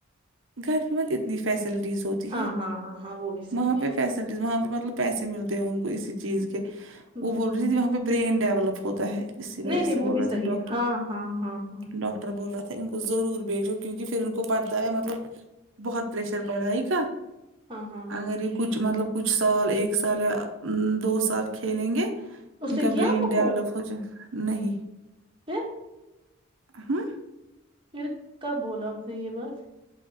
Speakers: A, on the right (about 70°); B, on the right (about 25°).
A: گھر میں کتنی فیسلٹیز ہوتی
B: ہاں
A: ہے
B: ہاں ہاں ہاں وہ بھی صحیح
A: وہاں پہ
B: ہے
A: وہاں پہ مطلب پیسے ملتے ہیں ان کو اسی چیز کے
B: ہوں
A: وہ بول رہی
B: ہ
A: تھی وہاں پہ برین ڈیولپ ہو ہوتا ہے اسی وجہ
B: نہیں نہیں
A: سے
B: وہ
A: بول
B: بھی
A: رہا
B: صحیح
A: تھا ڈاکٹر
B: ہے ہاں ہاں ہاں ہاں
A: ڈاکٹر بولا تھا ان کو ضرور بھیجو کیونکہ پھر ان کو پڑھتا ہے مطلب بہت پریشر پڑھائی کا
B: ہاں ہاں ہاں
A: اگر یہ کچھ مطلب کچھ سال ایک سال یا دو سال کھیلیں گے
B: اس
A: ان
B: نے
A: کا
B: کیا
A: برین
B: آپ کو
A: ڈیولپ
B: فون
A: ہو جائے نہیں
B: پھر
A: ہو
B: پھر کب بولا اس نے یہ بات